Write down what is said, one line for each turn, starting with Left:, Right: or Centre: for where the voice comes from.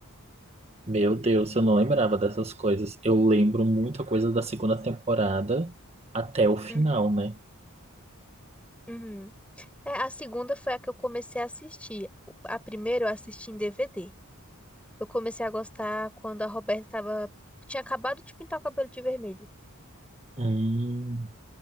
Right: Meu Deus, eu não lembrava dessas coisas. Eu lembro muita coisa da segunda temporada até o final,
Centre: Uhum,
Right: né?
Centre: uhum. É, a segunda foi a que eu comecei a assistir. A primeira eu assisti em DVD. Eu comecei a gostar quando a Roberta tava. Tinha acabado de pintar o cabelo de vermelho.
Right: Hum.